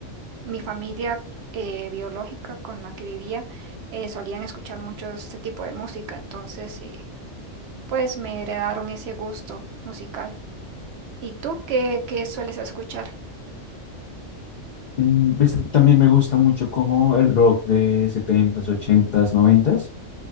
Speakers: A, on the right; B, on the left.
A: mi familia eh, biológica con la que vivía eh, solían escuchar mucho este tipo de música, entonces eh, pues me heredaron ese gusto musical. ¿Y tú qué, qué sueles escuchar?
B: Mm, pues, también me gusta mucho como el rock de setentas ochentas noventas